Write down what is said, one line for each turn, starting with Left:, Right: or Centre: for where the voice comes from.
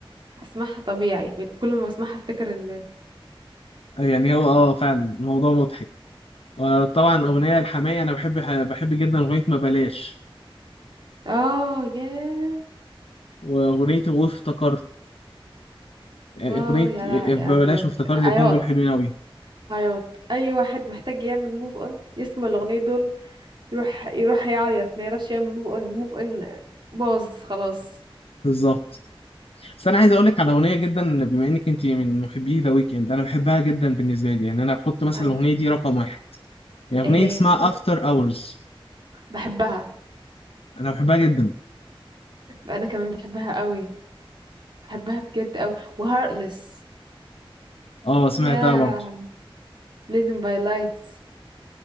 Right: اسمعها طبيعي بقيت كل ما اسمعها افتكر ال
Left: آه، يعني هو اه فعلا الموضوع مضحك آه طبعا اغنيه الحماقي انا بحب بحب جدا اغنيه ما بلاش
Right: اه ياه
Left: واغنيه وافتكرت آه،
Right: اه
Left: اغنيه
Right: يا لا
Left: آه، ما
Right: يا بجد
Left: بلاش وافتكرت
Right: عياط
Left: الاتنين دول حلوين قوي
Right: عياط اي واحد محتاج يعمل موف اون يسمع الاغنيه دول يروح يروح يعيط ما يعرفش يعمل موف اون الموف اون باظ خلاص
Left: بالظبط بس انا عايز اقول لك على اغنيه جدا بما انك انت من محبي ذا ويكند انا بحبها جدا بالنسبه لي يعني انا بحط مثلا
Right: اي
Left: الاغنيه دي رقم واحد هي اغنيه
Right: ايه هي
Left: اسمها افتر اورز
Right: بحبها
Left: انا بحبها جدا
Right: انا كمان بحبها قوي بحبها بجد قوي وهارتلess
Left: اه سمعتها
Right: يا
Left: برضه
Right: leading by lights